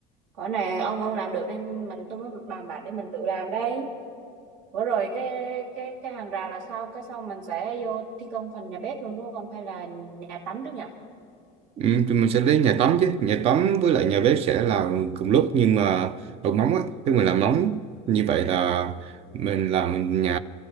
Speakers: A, on the right; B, on the right.
A: cõi này ông ông làm được nên mình tôi mới bàn bạc để mình tự làm đây bữa rồi cái cái cái hàng rào là sao cái sau mình sẽ vô thi công phần nhà bếp luôn đúng không hay là nhà tắm trước nhỉ
B: Ừ, tụi mình sẽ đến nhà tắm chứ nhà tắm với lại nhà bếp sẽ là cùng lúc nhưng mà bằng móng á khi mình làm móng như vậy là mình làm nhà